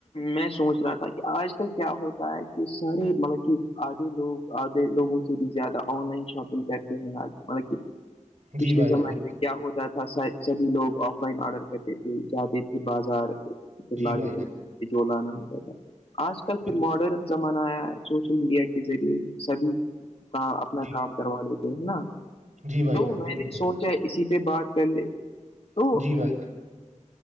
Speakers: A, on the left; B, on the right.
A: میں سوچ رہا تھا کہ آج کل کیا ہوتا ہے کہ سارے مطلب کہ آدھی لوگ آدے لوگوں سے بھی زیادہ آن لائن شاپنگ کرتے ہیںج مطلب
B: <inaudible>
A: پچھلے
B: بھائی
A: زمانے
B: جان بالکل
A: میں کیا ہوتا تھا سبھی لوگ آف لائن آرڈر کرتے تھے جاتے تھے بازارھر
B: جی
A: لاتے
B: بھائی
A: تھے
B: جان
A: جو ہوا آج کل کی
B: بالکل
A: ماڈن زمانہ ہے سوشل میڈیا کے ذریعے سبھی کا اپنا
B: جی
A: کام کروا لیتے ہے نا
B: جی بھائی
A: تو
B: جان
A: میں
B: بالکل
A: نے
B: صحیح
A: سوچا اسی پہ بات کڈے
B: کہا۔
A: او
B: جی بھائی جان